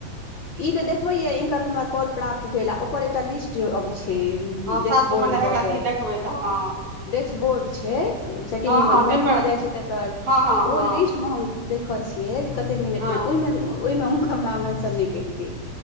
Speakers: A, on the left; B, on the right.
A: ई त देखबैए जे इनकर हमरा कॉल प्राप्त भेल आ ओकर एकटा लिस्ट अब छै।
B: हँ
A: डेस्क
B: सात सए
A: बोर्ड
B: मने
A: कऽ
B: अथी
A: के
B: देखबै तऽ हँ
A: डेस्क बोर्ड छै सेटिंग
B: हँ
A: मे
B: हँ ताहिपर
A: मेनू मे जाय छै तऽ तऽ
B: हँ हँ
A: ओ
B: हँ
A: लिस्टमे हम देख छिअइ जे कते मिनटमे
B: हँ
A: ओयमे -ओयमे अहुँके हमरामे शन नै केलकै